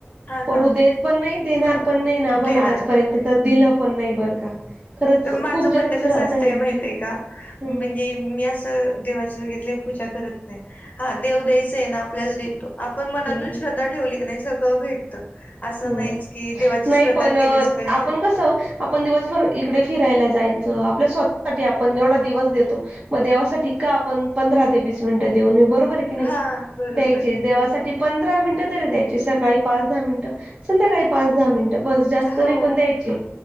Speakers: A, on the left; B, on the right.
A: हां
B: पडू
A: ना.
B: देत पण नाही देणार पण नाही ना, आम्हाला
A: देणार
B: आजपर्यंत
A: पण नाही
B: तर दिलं पण नाही बरं. का. खरंच
A: माझं
B: खूप
A: म्हणण
B: जास्त श्रद्धा
A: कसं असतंय
B: आमची
A: माहित आहे का,
B: हम्म
A: म्हणजे मी असं देवाचे वगैर. पूजा करत नाही. हा देव द्यायचं ना आपल्याला देतो. आपण मनातून
B: हम्म.
A: श्रद्धा ठेवली की नाही सगळं भेटत असं,
B: हो
A: नाहीच की देवाची
B: नाही
A: श्रद्धा
B: पण आपण
A: केलीच पाहिजे.
B: कसं आपण दिवसभर इकडे फिरायला जायचं, आपल्या स्वतःसाठी आपण एवढा दिवस देतो. मग देवासाठी का आपण पंधरा ते वीस मिनिंट देऊ नये बरोबर आहे. कणी
A: हा बरोबर
B: द्यायचे
A: आहे
B: देवासाठी. पंधरा मिनिटं तरी द्यायचे सकाळी पाच दहा मिनिटं संध्याकाळी पाच दहा मिनिटं. बस जास्त
A: हो
B: नाही पण द्यायचे,